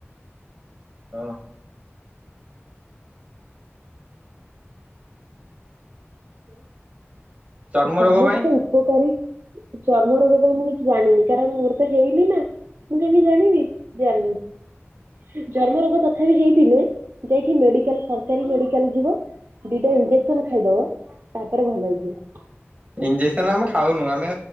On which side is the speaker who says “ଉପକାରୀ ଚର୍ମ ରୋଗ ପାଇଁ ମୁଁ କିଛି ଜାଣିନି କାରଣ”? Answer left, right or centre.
Right